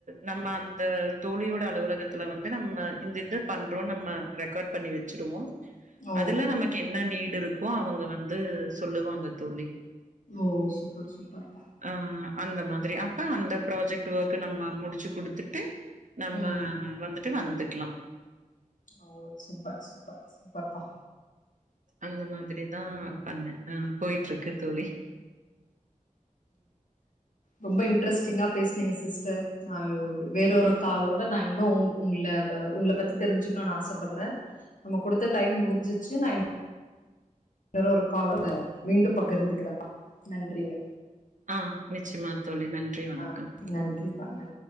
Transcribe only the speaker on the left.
ஓ
ஓ சூப்பர் சூப்பர் பா
ம்
ஓ சூப்பர் சூப்பர் சூப்பர்ப்பா
ரொம்ப இன்ட்ரெஸ்ட்டிங்கா பேஸ்னீங்க சிஸ்டர் ஆயோ வேறொரு காலோட நா இன்னு உ உங்கள உங்கள பத்தி தெரிஞ்சுக்கனு நா ஆசப்படுறே நம்ம குடுத்த டைம் முடிஞ்சிச்சி நா இன் வேறொரு காலோட மீண்டும் பகிர்ந்துக்கிறேம்பா. நன்றிங்க
ஆ நன்றிப்பா நன்றி